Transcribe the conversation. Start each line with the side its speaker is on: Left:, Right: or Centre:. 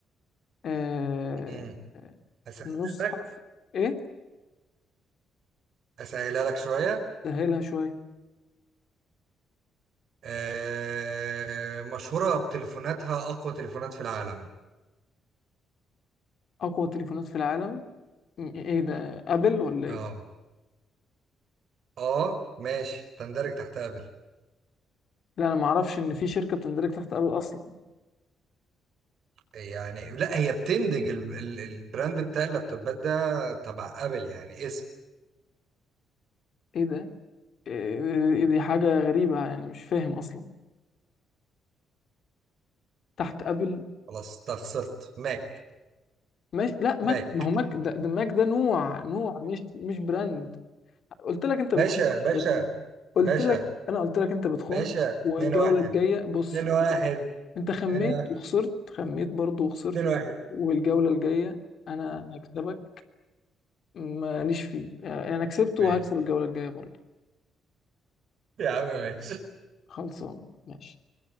Left: آه...
Right: مم. اسهلها
Left: في النص
Right: لك
Left: حرف ايه
Right: اسهلها لك شوية
Left: سهلها شويه
Right: آه مشهورة بتليفوناتها اقوى تليفونات في العالم
Left: اقوى تليفونات في العالم ايه ده ابل ولا
Right: اه
Left: ايه
Right: اه ماشي تندرج تحت ابل
Left: لا انا ما اعرفش ان في شركه بتندرج تحت ابل اصلا
Right: يعني لا هي بتندج ال- ال- البراند بتاع اللابتوبات ده تبع ابل يعني اسم
Left: ايه ده إيه إيه دي حاجه غريبه يعني مش فاهم اصلا تحت ابل
Right: خلاص انت خسرت ماك
Left: ماشي لا ماك
Right: ماك
Left: ما هو ماك ده, ده ماك ده نوع نوع مش مش براند قلت لك انت
Right: باشا
Left: بتخون في
Right: باشا
Left: الذاتية. قلت
Right: باشا
Left: لك انا قلت لك انت بتخون
Right: باشا 2
Left: والجوله
Right: 1
Left: الجايه بص
Right: 2
Left: انت
Right: 1
Left: برضه انت خميت
Right: 2 1
Left: وخسرت خميت برضه وخسرت
Right: 2 1
Left: والجوله الجايه انا هكسبك ماليش فيه آه، انا كسبت
Right: ماشي
Left: وهكسب الجوله الجايه برضه
Right: يا عم ماشي
Left: خلصان ماشي